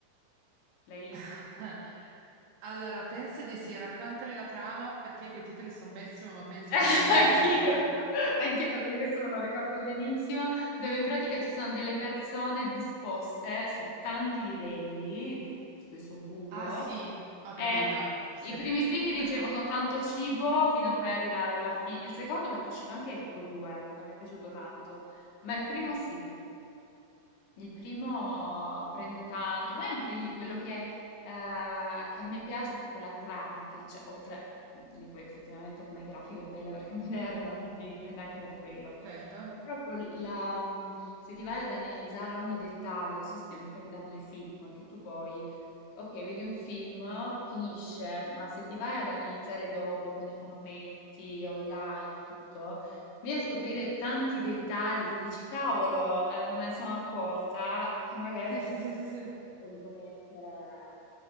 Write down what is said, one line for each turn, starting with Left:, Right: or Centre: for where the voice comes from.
Left: l'hai visto?
Right: <laughs> Allora, penso di sì, raccontami la trama, perché io coi titoli sono pessimo, ma penso
Left: <laughs>
Right: che mi richiami
Left: Anch'io.
Right: qualcosa.
Left: Anche però di questo me lo ricordo benissimo, dove in pratica ci sono delle persone disposte su tanti livelli di, di questo buco
Right: Ah sì, ho
Left: e
Right: capito, sì,
Left: i primi primi ricevono
Right: <laughs>
Left: tanto cibo fino a poi arrivare alla fine. Il secondo perché è uscito anche il buco 2, non mi è piaciuto tanto, ma il primo sì. Il primo prende tanto, poi anche lì quello che, eh, che a me piace è proprio la trama che c'è, oltre lì poi effettivamente come grafica è bella perché è <laughs> moderna, quindi prende anche per quello.
Right: certo.
Left: Ma Proprio la, mh, se ti vai ad analizzare ogni dettaglio, non so se ti è mai capitato nei film, che tu poi, ok, vedi un film, finisce, ma se ti vai ad analizzare dopo con i commenti online e tutto, Vieni a scoprire tanti dettagli che dici, cavolo, eh, non me ne sono accorta, che magari
Right: Sì,
Left: appunto
Right: sì, sì, sì, sì.
Left: ho voluto mettere.